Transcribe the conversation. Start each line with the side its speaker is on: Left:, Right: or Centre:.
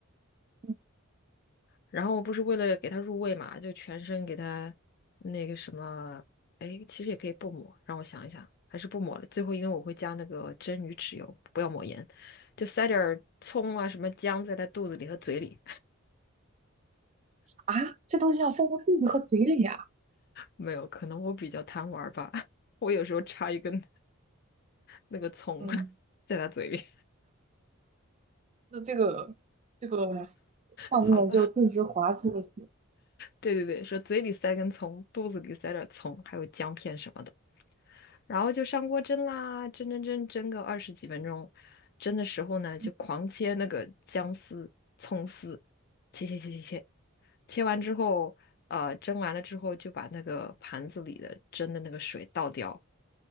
Right: 嗯，
Left: 然后我不是为了给它入味嘛，就全身给它那个什么，哎，其实也可以不抹，让我想一想，还是不抹了。最后因为我会加那个蒸鱼豉油，不要抹盐，就塞点儿葱啊什么姜在它肚子里和嘴里。
Right: 啊，这东西要塞到肚子和嘴里呀，
Left: 没有，可能我比较贪玩儿吧，<laughs> 我有时候插一根那个葱
Right: 嗯。
Left: <laughs> 在他嘴里。
Right: 那这个这个画面就顿时滑稽了些。
Left: <laughs> 好了，对对对，说嘴里塞根葱，肚子里塞点葱，还有姜片什么的，然后就上锅蒸啦，蒸蒸蒸蒸个二十几分钟，蒸的时候呢，就狂切那个姜丝、
Right: 嗯
Left: 葱丝，切切切切切，切完之后，呃，蒸完了之后就把那个盘子里的蒸的那个水倒掉，